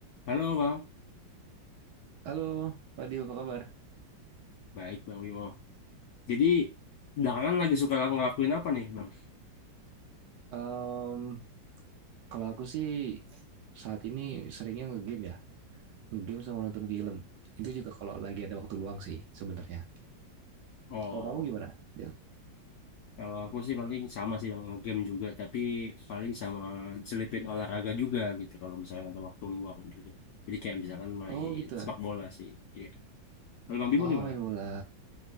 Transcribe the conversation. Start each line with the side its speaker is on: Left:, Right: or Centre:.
Left: Halo Bang,
Right: Halo, Fadil, apa kabar?
Left: baik Bang Yo. Jadi belakangan lagi suka ngelakuin apa nih Bang?
Right: Em, kalau aku sih saat ini seringnya ngegame ya, ngegame sama nonton film. Itu juga kalau lagi ada waktu luang sih sebenarnya.
Left: Oh,
Right: Kalau kamu gimana? Del?
Left: kalau aku sih paling sama sih Bang, game juga, tapi paling sama selipin olahraga juga gitu, kalau misalkan ada waktu luang juga. Jadi kayak misalkan main
Right: Oh gitu. ya.
Left: sepak bola sih, iya. Kalau Bang Bimo
Right: Oh
Left: gimana?
Right: main bola.